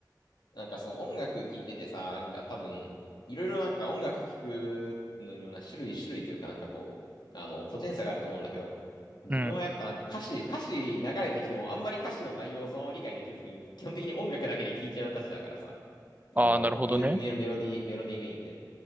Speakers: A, on the left; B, on the right.
A: なんかそう、音楽聴いててさ、なんか多分、いろいろなんか音楽聴くのにもな、種類、種類というかなんかこう、あの、個人差があると思うんだけど、自分はやっぱなんか歌詞、
B: うん。
A: 歌詞流れてきてもあんまり歌詞の内容をそのまま理解できずに、基本的に音楽だけで聴いちゃうたちだからさ、
B: ああ、
A: あの、
B: なるほどね。
A: ミュメ、メロディー、メロディーメインで。